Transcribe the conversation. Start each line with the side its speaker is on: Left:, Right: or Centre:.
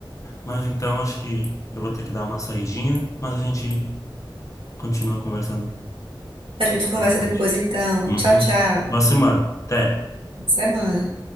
Left: Mas então acho que eu vou ter que dar uma saidinha, mas a gente continua conversando
Right: A gente conversa
Left: pra frente.
Right: depois, então.
Left: Uhum.
Right: Tchau, tchau.
Left: Boa semana. Até.
Right: Boa Semana.